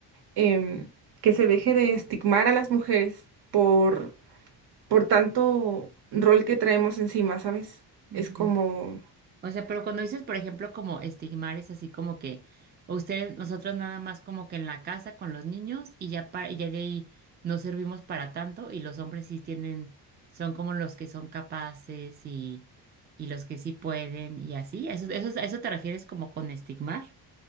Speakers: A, on the right; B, on the right.
A: em, que se deje de estigmar a las mujeres por por tanto rol que traemos encima, ¿sabes?
B: ujú.
A: Es como,
B: O sea, pero cuando dices, por ejemplo, como estigmar, es así como que ustedes, nosotros nada más como que en la casa con los niños y ya, para, y ya de ahí no servimos para tanto y los hombres sí tienen, son como los que son capaces y, y los que sí pueden y así. ¿A ¿Eso, eso, a eso te refieres como con estigmar?